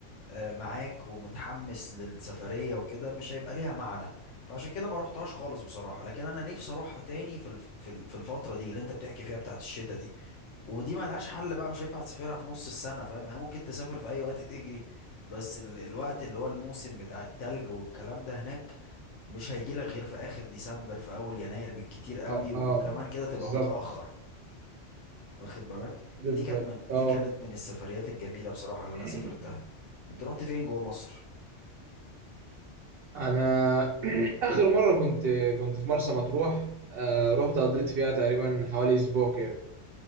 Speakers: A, on the left; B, on the right.
A: آه، معاك ومتحمس للسفرية وكده مش هيبقى ليها معنى فعشان كده ما روحتهاش خالص بصراحة لكن انا نفسي اروحها تاني في الف- في ال- في الفترة دي اللي انت بتحكي فيها بتاعت الشتاء دي ودي ملهاش حل بقى مش هينفع تسافرها في نص السنة فاهم يعني ممكن تسافر في اي وقت تجري بس ال- الوقت اللي هو الموسم بتاع التلج والكلام ده هناك مش هيجي لك غير في اخر ديسمبر في اول يناير بالكتير قوي
B: آه
A: وكمان
B: آه،
A: كده تبقى
B: بالظبط
A: متأخر واخد بالك
B: بالظبط
A: فدي كانت من دي
B: آه
A: كانت من السفريات الجميلة بصراحة اللي انا
B: <clears throat>
A: سافرتها انت رحت فين جوه مصر
B: انا <clears throat> اخر مره كنت كنت في مرسى مطروح آه، رحت قضيت فيها تقريبا حوالي اسبوع كده